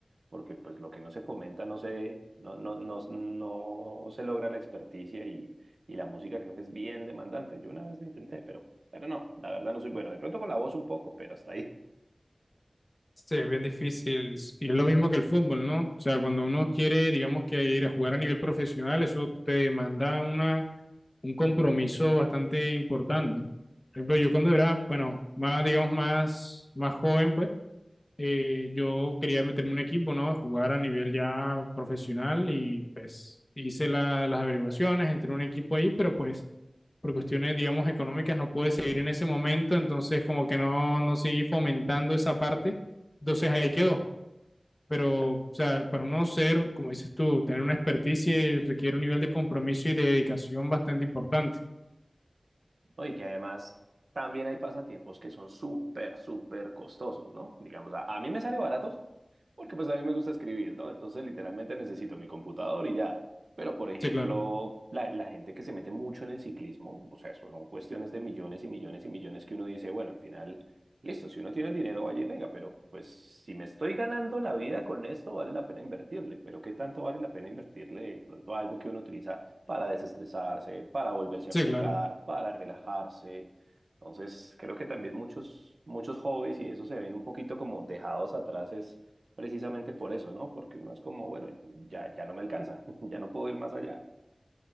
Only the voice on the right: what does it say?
Porque pues lo que no se fomenta no se, no, no, no, no se logra la experticia y, y la música creo que es bien demandante. Yo una vez lo intenté, pero, pero no, la verdad no soy bueno. De pronto con la voz un poco, pero hasta ahí.
<laughs>
Sí.
¿no? Y que además también hay pasatiempos que son súper, súper costosos, ¿no? Digamos, a, a mí me sale barato porque pues a mí me gusta escribir, ¿no? Entonces literalmente necesito mi computador y ya. Pero por ejemplo,
la, la gente que se mete mucho en el ciclismo, o sea, eso son cuestiones de millones y millones y millones que uno dice, bueno, al final, listo, si uno tiene el dinero, vaya y venga, pero pues si me estoy ganando la vida con esto, vale la pena invertirle. Pero ¿qué tanto vale la pena invertirle de pronto a algo que uno utiliza para desestresarse, para volverse a
enfocar,
para relajarse? Entonces, creo que también muchos, muchos hobbies y eso se ven un poquito como dejados atrás, es precisamente por eso, ¿no? Porque uno es como, bueno, ya, ya no me alcanza, <laughs> ya no puedo ir más allá.